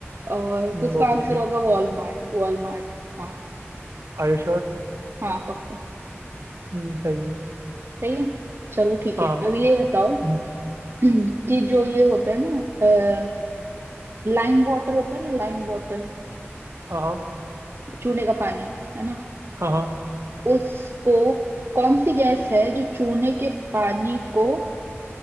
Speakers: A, on the right; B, on the right.
A: और तो
B: वो
A: इसका
B: भी
A: आंसर
B: है
A: होगा वॉलमार्ट वॉलमार्ट हाँ
B: आयुष और
A: हाँ पक्का
B: हम्म सही है
A: सही है चलो ठीक
B: हाँ
A: है अब ये बताओ
B: हम्म,
A: <clears throat> कि जो ये होता है ना लाइम वाटर होता है ना लाइम वाटर
B: हाँ हाँ
A: चूने का पानी है ना
B: हाँ हाँ
A: उसको कौन सी गैस है जो चूने के पानी को